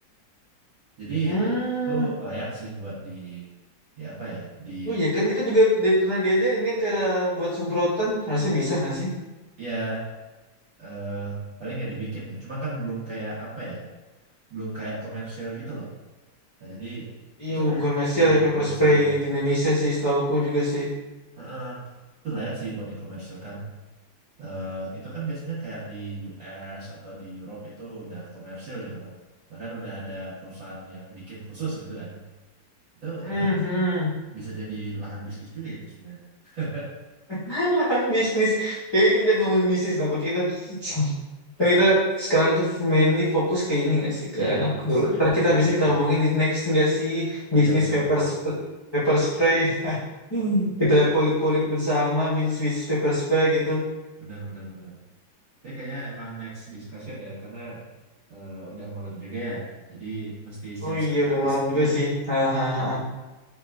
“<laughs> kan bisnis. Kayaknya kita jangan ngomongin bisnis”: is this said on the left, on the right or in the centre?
Left